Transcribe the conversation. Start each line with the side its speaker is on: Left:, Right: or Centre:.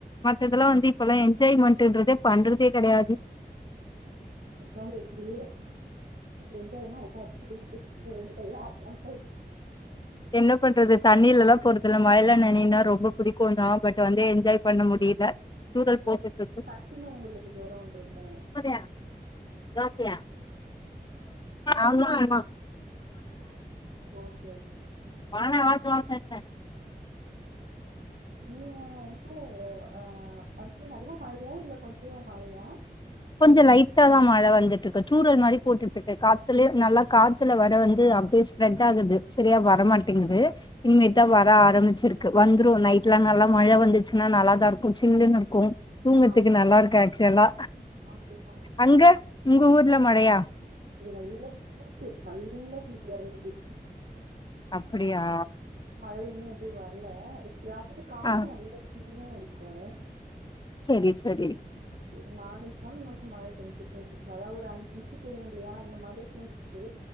Left: மத்ததெல்லா வந்து இப்பெல்லா என்ஜாய்மெண்ட்ன்றதே பண்றதே கெடையாது
Right: ஒக்காந்து எப்டி‌‌ அப்ப‌. ‌என்ஜாய்னா ஒக்காந்து திருப்பி‌‌ திருப்பி ரெண்டு கை ஆட்னா போ
Left: என்ன பண்றது தண்ணிலெல்லா போறது இல்ல மழையில நனையன்னா ரொம்ப புடிக்கு தா பட் வந்து என்ஜாய் பண்ண முடில தூரல் போட்டுட்ருக்
Right: டக்குன்னு உங்களுக்கு ஜொரோ வந்துருமோ
Left: பூரியா ஆ.. ‌தோசை ஆ ஆமா ஆமா
Right: ஓகே ஓகே
Left: வணக்கம் வாழ்த்து வா செட் தா
Right: நீங்க எனக்கு அ அது சரி நல்ல மழையா இல்ல கொஞ்சோ மழையா
Left: கொஞ்ச லைட்டா தா மழ வந்துட்டு இருக்கு தூறல் மாரி போட்டுட்டு இருக்கு காத்துலே நல்லா காத்துல வர வந்து அப்டே ரெட்டாகுது சரியா வரமாட்டிங்குது இனிமேதா வர ஆரம்பிச்சிருக்கு வந்துரு நைட்ல நல்லா மழ வந்துச்சுன்னா நல்லா தா இருக்கு சில்லுன்னு இருக்கு தூங்கறத்துக்கு
Right: ஆமா
Left: நல்லா இருக்கு ஆக்சுவலா
Right: அதுதா
Left: அங்க உங்க ஊர்ல மழையா
Right: இங்க நல்ல ஹீட்டு நல்ல ஹீட்டு எறங்குது
Left: அப்டியா
Right: மழ இன்னு எதூ வர்ல எப்பயாவது காத்து
Left: ஆ
Right: நல்ல சில்லுனு அடிக்கூ
Left: சரி சரி
Right: ஒரு நாலஞ்சு நாள் முன்னைக்கு மழை பேஞ்சிட்டே இருந்துச்சு அதா ஒரு அஞ்சி நிமிஷம் பேயுல்லையா அந்த மாதிரி பெய்ஞ்சிச்சு சு‌